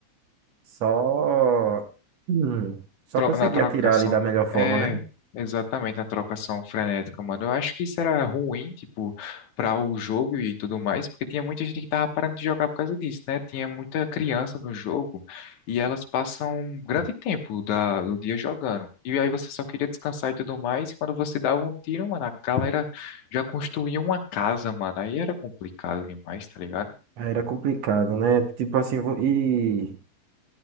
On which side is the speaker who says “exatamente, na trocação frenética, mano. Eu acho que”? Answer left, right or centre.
Left